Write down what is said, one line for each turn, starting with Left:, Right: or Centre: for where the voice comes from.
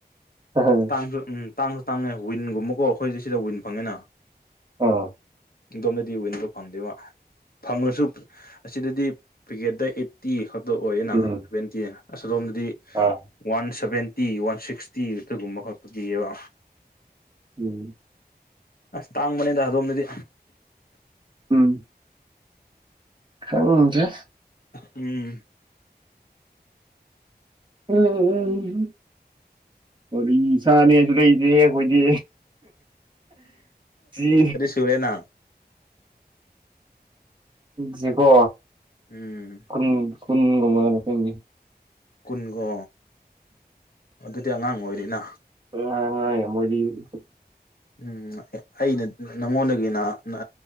Right: ꯑꯍꯡ
Left: ꯑꯗꯨ ꯎꯪ ꯇꯥꯡꯖꯨ ꯇꯥꯡꯉꯦ ꯋꯤꯟꯒꯨꯝꯕꯀꯣ ꯑꯩꯈꯣꯏꯖꯤꯛ ꯁꯤꯗ ꯋꯤꯟ ꯐꯪꯉꯦꯅ
Right: ꯑꯥ
Left: ꯗꯨꯗꯣꯝꯗꯗꯤ ꯋꯤꯟꯗꯣ ꯐꯪꯗꯦꯕ ꯐꯪꯂꯁꯨ ꯑꯁꯤꯗꯗꯤ ꯄꯤꯀꯦꯠꯇ ꯑꯦꯠ ꯇꯤ ꯈꯛꯇ ꯑꯣꯏꯌꯦꯅ
Right: ꯎꯝ
Left: ꯁꯚꯦꯟꯇꯤ ꯑꯁꯣꯂꯣꯝꯗꯗꯤ
Right: ꯑꯥ
Left: ꯋꯥꯟ ꯁꯚꯦꯟꯇꯤ ꯋꯥꯟ ꯁꯤꯛꯁꯇꯤ ꯑꯗꯨꯒꯨꯝꯕ ꯈꯛꯇ ꯄꯤꯌꯦꯕ
Right: ꯎꯝ
Left: ꯑꯁ ꯇꯥꯡꯕꯅꯦꯗ ꯑꯗꯣꯝꯗꯗꯤ
Right: ꯎꯝ ꯈꯪꯗꯦ
Left: ꯎꯝ
Right: ꯎꯝ ꯎꯝ ꯀꯔꯤ ꯆꯥꯅꯤ ꯑꯗꯨꯗꯩꯗꯤ ꯑꯩꯈꯣꯏꯗꯤ ꯖꯤ
Left: ꯇꯨꯔꯦꯅꯥ
Right: ꯖꯤꯀꯣ
Left: ꯎꯝ
Right: ꯀꯨꯟ ꯀꯨꯟ ꯒꯨꯃꯥꯏꯅ ꯀꯩꯅꯣ
Left: ꯀꯨꯟꯒꯣ ꯑꯗꯨꯗꯤ ꯑꯉꯥꯡ ꯑꯣꯏꯔꯤꯅ
Right: ꯎꯝꯉꯥꯏ ꯃꯗꯤ <unintelligible>
Left: ꯎꯝ ꯑꯩꯅ ꯅꯪꯉꯣꯟꯗꯒꯤꯅ ꯅ